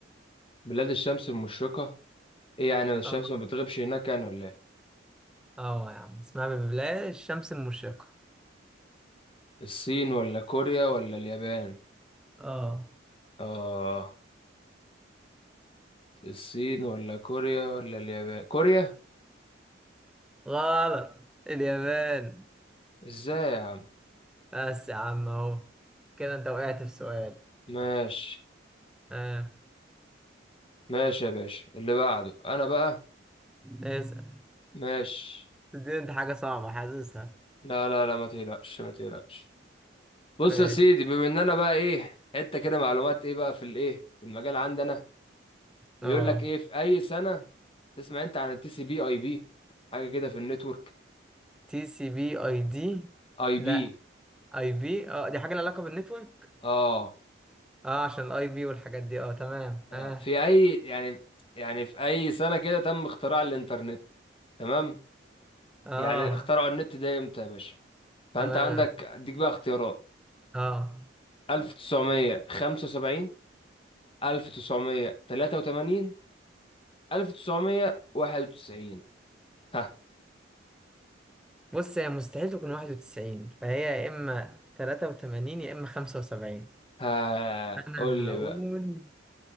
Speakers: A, on the left; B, in the centre.
A: بلاد الشمس المشرقة ايه يعني الشمس
B: اه
A: ما بتغيبش هناك يعني ولا ايه
B: آه يا عم اسمها ببلاد الشمس المشرقة
A: الصين ولا كوريا ولا اليابان
B: اه
A: اه الصين ولا كوريا ولا اليابان كوريا
B: غلط اليابان
A: ازاي يا عم
B: بس يا عم اهو كده انت وقعت في سؤال
A: ماشي
B: اه
A: ماشي يا باشا اللي بعده انا بقى
B: اسأل
A: ماشي
B: دي انت حاجة صعبة حاسسها
A: لا لا لا ما تقلقش ما تقلقش بص
B: ماشي
A: يا سيدي بما ان انا بقى ايه حته كده معلومات ايه بقى في الايه في المجال عندنا يقول
B: اه
A: لك ايه في اي سنه تسمع انت عن التي سي بي اي بي حاجه كده في النتورك
B: تي سي بي اي دي
A: اي
B: لا
A: بي
B: اي بي اه دي حاجة لها علاقة بالنتورك
A: اه
B: اه عشان الاي بي والحاجات دي اه تمام
A: آه،
B: اه
A: في اي يعني يعني في اي سنه كده تم اختراع الانترنت تمام
B: اه
A: يعني اخترعوا النت ده امتى يا باشا فانت
B: تمام
A: عندك
B: يا باشا
A: اديك بقى اختيارات
B: اه
A: 1975 1983 1991 ها
B: بص هي مستحيل تكون 91 فهي يا اما 83 يا اما 75
A: ها
B: انا
A: قول لي
B: هقول